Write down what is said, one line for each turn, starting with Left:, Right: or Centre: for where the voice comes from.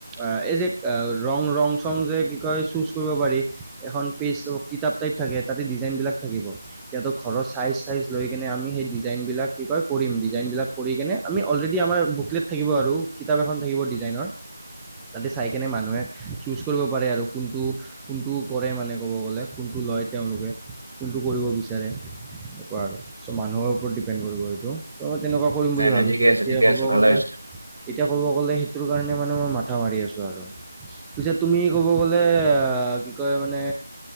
Centre: আ, এই যে ৰং - ৰং, চং যে কি কয় চুজ কৰিব পাৰি এখন পেজ কিতাপ টাইপ থাকে তাতে ডিজাইন বিলাক থাকিব। সিহঁতক ঘৰৰ চাইজ চাইজ লৈ কিনে আমি সেই ডিজাইন বিলাক কি কয় কৰিম ডিজাইন বিলাক কৰি কেনে আমি অলৰেডি আমাৰ বুকলেট থাকিব আৰু কিতাপ এখন থাকিব ডিজাইনৰ। তাতে চাই কেনে মানুহে চুজ কৰিব পাৰে আৰু কোনটো কোনটো কৰে মানে ক'ব গ'লে কোনটো লয় তেওঁলোকে। কোনটো কৰিব বিচাৰে এনেকুৱা আৰু চ' মানুহৰ ওপৰত ডিপেণ্ড কৰিব সেইটো। তেনেকুৱা কৰিম
Right: নাই
Centre: বুলি
Right: নাই
Centre: ভাবিছো
Right: ঠিকে আছে
Centre: এতিয়া
Right: ঠিকে
Centre: কব
Right: আছে ভালে
Centre: গলে
Right: হৈছে
Centre: এতিয়া কব গ'লে সেইটোৰ কাৰণে মানে মই মাথা মাৰি আছো আৰু। পিছত তুমি ক'ব গ'লে আ, কি কয় মানে